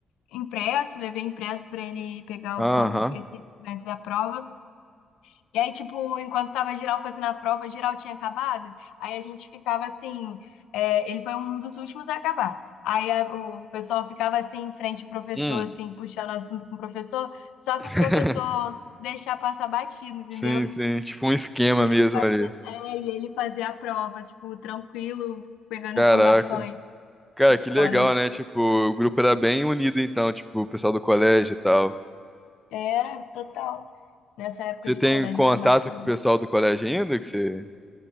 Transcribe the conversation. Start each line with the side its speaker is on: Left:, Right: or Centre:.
Left: impresso, levei impresso para ele pegar
Centre: Aham.
Left: os pontos específicos dentro da prova. E aí, tipo, enquanto tava geral fazendo a prova, geral tinha acabado. Aí a gente ficava assim, é, ele foi um dos últimos a acabar. Aí a- o pessoal ficava assim em frente ao professor,
Centre: Hum.
Left: assim, puxando assunto com o professor, só
Centre: <laughs>
Left: para o professor deixar passar batido, entendeu?
Centre: Sim, sim, tipo um esquema
Left: Ele
Centre: mesmo
Left: fazer,
Centre: ali.
Left: é, e ele fazer a prova, tipo, tranquilo, pegando
Centre: Caraca.
Left: informações
Centre: Cara,
Left: de
Centre: que legal,
Left: fora.
Centre: né? Tipo, o grupo era bem unido então, tipo, o pessoal do colégio e tal.
Left: Era total. Nessa época
Centre: Você
Left: de
Centre: tem
Left: colégio
Centre: contato
Left: era bacana.
Centre: com o pessoal do colégio ainda que você,